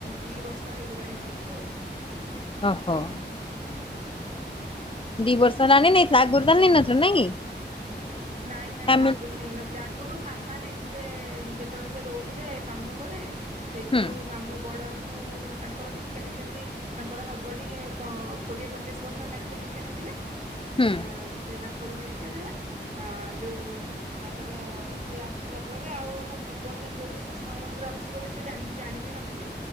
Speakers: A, on the right; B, on the left.
A: ଦି ବର୍ଷ ହେଇଗଲାଣି ନେଇଚୁ ଆଉ।
B: ଓହୋ। ଦି ବର୍ଷ ହେଲାଣି ନେଇଥିଲା ଆଗୁରୁ ତ ନେଇନଥିଲା ନାଇଁ କି?
A: ନାଇଁ ନାଇଁ
B: ଆମେ
A: ଆଗୁରୁ ନେଇନଥିଲେ ଆଗରୁ ମାମା ନେଇଥିଲେ ଯେତେବେଳେ ସେ ରହୁଥିଲେ ମାମୁଁ ଘରେ ସେଇଠୁ
B: ହୁଁ
A: ମାମୁଁ ବଡ ମାମୁଁ ତାଙ୍କର ଦି ଦୀକ୍ଷା ନେଇଛନ୍ତି ତାଙ୍କର ହବନି କୋଡ଼ିଏ ପଚିଶ ବର୍ଷ ହେଲାଣି ସେ ଦୀକ୍ଷା ନେଇଥିଲେ।
B: ହୁଁ
A: ଅ ସେ ତାଙ୍କଠୁ ନେଇଥିଲେ ଯାହା ଅ ଯୋଉ ତାପରେ ସିଏ ଆସିଲା ପରେ ଆଉ ଆମ ଭୁବନରେ କଉଠି ଶତ୍ସଙ୍ଗ ମନ୍ଦିର ଅଛି ବୋଲି ସେ ଜାଣିବି ନଥିଲେ,